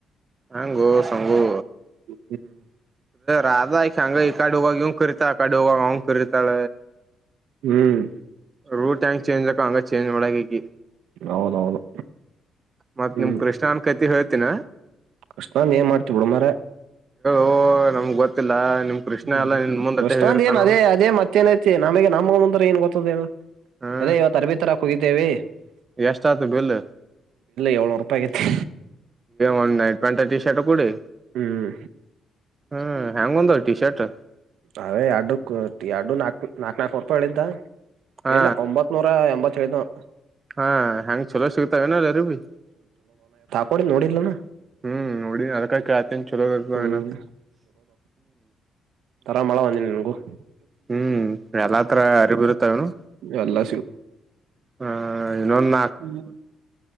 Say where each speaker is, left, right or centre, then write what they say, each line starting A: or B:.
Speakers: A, on the right; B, on the right.
A: ಹಂಗು ಸಂಗು
B: ಹ್ಮ್
A: ರಾಧಾ ಅಂಗ ಈ ಕಡೆ ಹೋಗಿ ಕರಿತಾಳ ಆ ಕಡೆ ಅವನು ಕರಿತಾಳ
B: ಹ್ಮ್
A: ರೂಟ್ ಟಂಕ್ ಚೇಂಜ್ ಅಕವ ಹಂಗ ಚೇಂಜ್ ಮಾಡಕಿ ಇಕಿ
B: ಹೌದೌದು
A: ಮತ್ತ
B: ಹ್ಮ್
A: ನಿಮ್ ಕೃಷ್ಣನ್ ಕತಿ ಹೋಯ್ತ ಏನ
B: ಕೃಷ್ಣಂದ ಏನ್ ಮಾಡ್ತೀವಿ ಬಿಡ ಮರ
A: ಓ ನಮ್ಗ್ ಗೊತ್ತಿಲ್ಲ ನಿಮ್ ಕೃಷ್ಣ
B: ಹ್ಮ್
A: ಎಲ್ಲಾ ನಿನ್ ಮುಂದ್
B: ಕಷ್ಟಂದ
A: ಅಟ್ಟೆ ಹೇಳಿರ್ತಾನವ
B: ಏನ್ ಅದೇ ಅದೇ ಮತ್ತೇನೈತಿ ನಮಗೆ ನಮಗ ಮುಂದ ಏನು ಕೊತ್ತುದ
A: ಹ್ಮ್.
B: ಅದೇ ಇವ ಅರಬ್ ತಾರಕ ಹೋಗ <unintelligible>
A: ಎಷ್ಟ ಆತು ಬಿಲ್
B: ಏಳ್ನೂರು ರೂಪಾಯಿ ಆಗೈತಿ
A: ಒಂದ್ ನೈಟ್ ಪೆಂಟ್ ಟಿ ಶರ್ಟ್ ಕೂಡಿ
B: ಹ್ಮ್
A: ಹ್ಮ್ ಹೆ್ಯಾಂಗ ಒಂದ ಟಿ ಶರ್ಟ್
B: ಅ ಎಡು ಎಡು ನಾಕು ನಾಕ್ ನನಾಲ್ಕು ರೂಪಿ ಇಳಿತಾ
A: ಹಾ
B: ಇಲ್ಲ ಒಂಬತ್ ನೂರ ಎಂಬತ್ <unintelligible>
A: ಹಾ ಹೆಯಾಂಗ ಚಲೋ ಸಿಗ್ತವೆ ಏನಾರ ಬಿ
B: ನೋಡಿ ನೋಡಿಲಾನ
A: ಹ್ಮ್ ನೋಡಿನಿ ಅದಕ್ಕ ಕೆಳತ್ತಿನ ಚಲೋ ಇರ್ತವೇನ
B: ಹ್ಮ್
A: ಅಂತ
B: <unintelligible> ಹ
A: ಹ್ಮ್ ಎಲ್ಲಾ ತರ ಅರಿಬರುತ್ತ ಅವನು
B: ಎಲ್ಲಾ
A: ಆ ಇನ್ನೊಂದು
B: ಹ್ಮ್